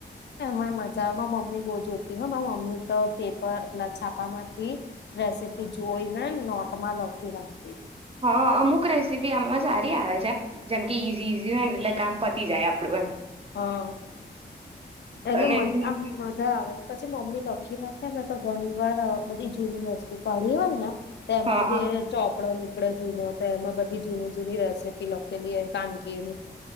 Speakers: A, on the left (about 75°); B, on the right (about 30°).
A: એમાંય મજા આવે મા મમ્મી બો જોતી. હ મા મમ્મી તો પેપર ઓલા છાપા માંથી રેસીપી જોઈ ને નોટ તમા લખી રાખું.
B: હ અમુક રેસીપી આમાં સારી <unintelligible> આવે છે જેમ કે ઈઝી-ઈઝી હોય એટલે કામ પતી જાય આપડું એમ.
A: હા એટલે
B: અને
A: મ
B: જે-
A: આમ મજા આવે. પછી મમ્મી લ ખી રાખે ને તો ઘણી વાર અહ બધી જૂની વસ્તુ કાઢી હોય ને તેમાંથી
B: હા હા
A: ચોપડો ની પડો જૂનો હતો એમાં બધી જૂની-જૂની રેસીપી લખેલી એ વાનગીની